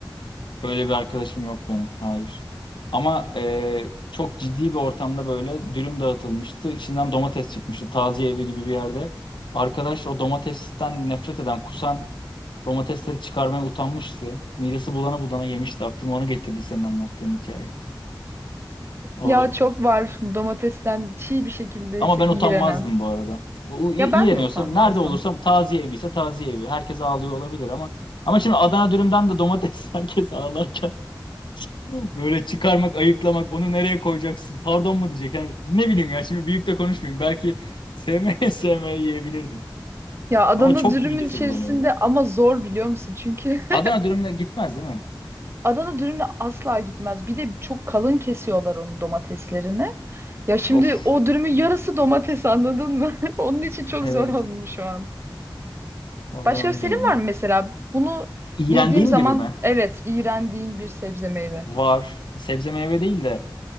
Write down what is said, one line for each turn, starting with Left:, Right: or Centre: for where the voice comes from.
Left: Böyle bir arkadaşım yok benim. Hayır. Ama e, çok ciddi bir ortamda böyle dürüm dağıtılmıştı. İçinden domates çıkmıştı. Taziye evi gibi bir yerde. Arkadaş o domatesten nefret eden, kusan domatesleri çıkarmaya utanmıştı. Midesi bulana bulana yemişti. Aklıma onu getirdi senin anlattığın hikaye. O
Right: Ya çok var domatesten çiğ bir şekilde
Left: Ama
Right: ise
Left: ben
Right: iğrenen.
Left: utanmazdım bu arada. Bu- i-
Right: Ya
Left: İğreniyorsam
Right: ben de utanmazdım.
Left: nerede olursam taziye evi ise taziye evi. Herkes ağlıyor olabilir ama ama şimdi Adana dürümden de domates <laughs> herkes ağlarken böyle çıkarmak, ayıklamak, onu nereye koyacaksın? Pardon mu diyecek? Yani ne bileyim ya şimdi büyük de konuşmayayım. Belki sevmeye <laughs> sevmeye yiyebilirdim.
Right: Ya Adana
Left: Ama çok
Right: dürümün
Left: midesi
Right: içerisinde
Left: bulanıyordu.
Right: ama zor biliyor musun? Çünkü <laughs>
Left: Adana dürümle gitmez değil mi?
Right: Adana dürümle asla gitmez. Bir de çok kalın kesiyorlar onun domateslerini. Ya şimdi
Left: Of.
Right: o dürümün yarısı domates anladın mı? <laughs> Onun için çok
Left: Evet.
Right: zor olmuş şu an.
Left: Vallahi
Right: Başka
Left: öyle
Right: senin
Left: ya.
Right: var mı mesela? Bunu
Left: İğrendiğim
Right: yediğim zaman
Left: gibi mi?
Right: evet iğrendiğin bir sebze meyve.
Left: Var. Sebze meyve değil de